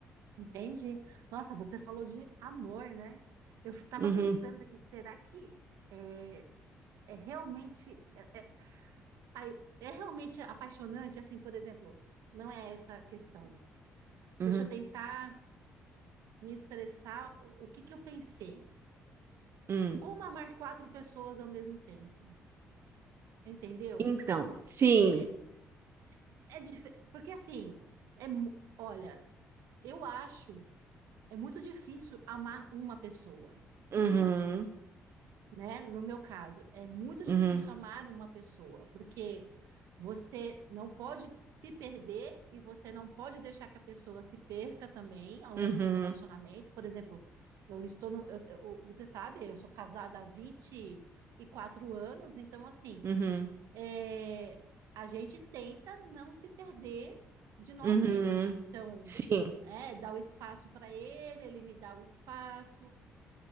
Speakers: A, on the right; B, on the right.
A: Entendi. Nossa, você falou de amor, né? Eu estava
B: Uhum,
A: pensando aqui, será que é, é realmente é, é, ai, é realmente apaixonante? Assim, por exemplo, não é essa a questão.
B: uhum,
A: Deixa eu tentar me expressar o, o que que eu pensei.
B: uhum.
A: Como amar quatro pessoas ao mesmo tempo? Entendeu?
B: Então, sim.
A: É, é dif- porque assim, é, mu- olha, eu acho é muito difícil amar uma pessoa.
B: Uhum,
A: né? No meu caso, é muito difícil
B: uhum.
A: amar uma pessoa, porque você não pode se perder e você não pode deixar que a pessoa se perca também ao longo
B: Uhum,
A: do relacionamento. Por exemplo, eu estou no, eu- eu- você sabe, eu sou casada há vinte e quatro anos, então assim,
B: uhum,
A: é, a gente tenta não se perder de nós
B: uhum.
A: mesmos. Então,
B: Sim,
A: é, dá o espaço para ele, ele me dá o espaço.